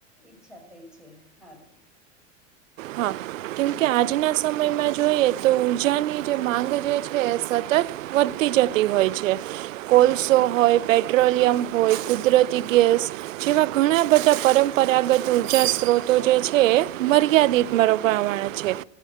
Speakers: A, in the centre; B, on the right.
A: ઈચ્છા થઈ છે હારુ.
B: હા કેમકે આજના સમયમા જોઈએ તો ઊર્જાની જે માંગ જે છે એ સતત વધતી જતી હોય છે. કોલસો હોય પેટ્રોલિયમ હોય કુદરતી ગેસ જેવા ઘણા બધા પરંપરાગત ઊર્જા સ્ત્રોતો જે છે મર્યાદિત બરો પ્રમાણે છે.